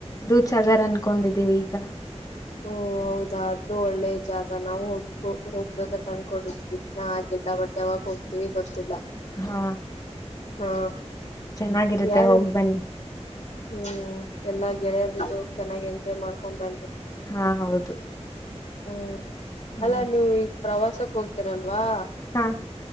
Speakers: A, on the left; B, on the left.
A: ದೂದ್ ಸಾಗರ್ ಅನ್ಕೊಂಡಿದ್ದೀವಿ ಈಗ.
B: ಹಓ ಹೌದ ಅದು ಒಳ್ಳೆ ಜಾಗ. ನಾವು ಹದಕ ಹೋಗ್ಬೇಕಂತ ಅನ್ಕೊಂಡಿದೀವಿ ಇನ್ನ ಹಾಗೆಲ್ಲ ಬಟ್ ಯಾವಾಗ ಹೋಗ್ತೀವಿ ಗೊತ್ತಿಲ್ಲ.
A: ಹಾ
B: ಹಾ
A: ಚೆನ್ನಾಗಿರುತ್ತೆ
B: ಯಾರ
A: ಹೋಗಿ ಬನ್ನಿ.
B: ಹ್ಮ್ ಎಲ್ಲಾ ಗೆಳೆಯದ್ರ ಜ ಹೋಗ ಚೆನ್ನಾಗಿ ಎಂಜಾಯ್ ಮಾಡ್ಕೊಂಡ್ ಬಂದವಿ.
A: ಹಾ ಹೌದು.
B: ಹ್ಮ್
A: ಹ್ಮ್
B: ಅಲ್ಲಾ ನೀವು ಈಗ ಪ್ರವಾಸಕ್ ಹೋಗ್ತೀರಲ್ವಾ.
A: ಹಾ